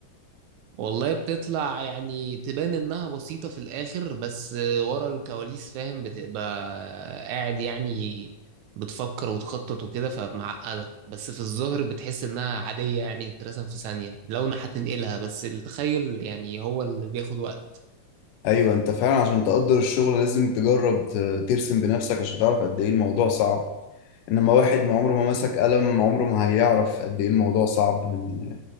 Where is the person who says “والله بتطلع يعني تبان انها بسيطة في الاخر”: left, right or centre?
Right